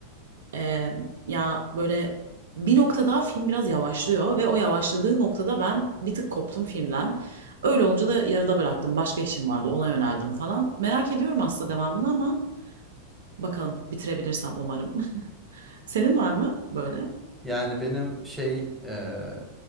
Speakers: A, on the right; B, in the centre.
A: Ee, ya böyle bir noktada film biraz yavaşlıyor ve o yavaşladığı noktada ben bir tık koptum filmden. Öyle olunca da yarıda bıraktım. Başka işim vardı ona yöneldim falan. Merak ediyorum aslında devamını ama bakalım bitirebilirsem umarım. <laughs> Senin var mı böyle?
B: Yani benim şey ee,